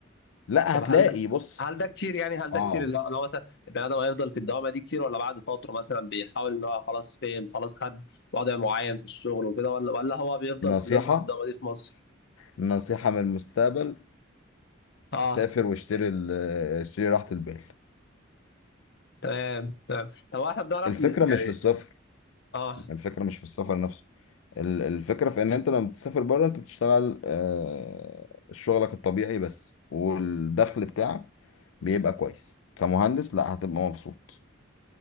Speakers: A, on the left (about 85°); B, on the left (about 60°).
A: لا
B: طب
A: هتلاقي
B: هل ده
A: بص
B: هل ده كتير يعني هل ده
A: اه
B: كتير اللي هو اللي هو مثلا البني ادم هيفضل في الدوامه دي كتير ولا بعد فتره مثلا بيحاول ان هو خلاص فهم خلاص خد وضع معين في الشغل وكده ولا ولا هو بيفضل
A: نصيحة
B: بنفضل في الدوامه دي في مصر
A: نصيحة من المستقبل
B: اه
A: سافر واشتري ال- اشتري راحة البال
B: تمام تمام طب هو احنا بنعرف
A: الفكرة
B: ن-
A: مش
B: يعني
A: في السفر
B: اه
A: الفكرة مش في السفر نفسه ال- الفكرة في ان انت لما بتسافر بره انت بتشتغل آه، شغلك الطبيعي بس والدخل بتاعك بيبقى كويس كمهندس لا هتبقى مبسوط